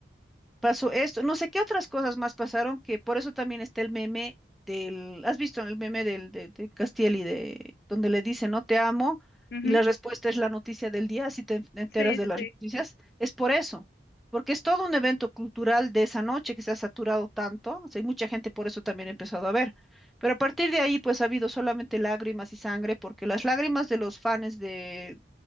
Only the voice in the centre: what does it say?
pasó esto, no sé qué otras cosas más pasaron, que por eso también está el meme del, ¿has visto el meme del, de, de Castiel y de, donde le dice, no te amo,
y la respuesta es la noticia del día, si te en- enteras
de
las
noticias, es por eso, porque es todo un evento cultural de esa noche que se ha saturado tanto, o sea, hay mucha gente por eso también ha empezado a ver, pero a partir de ahí pues ha habido solamente lágrimas y sangre, porque las lágrimas de los fans de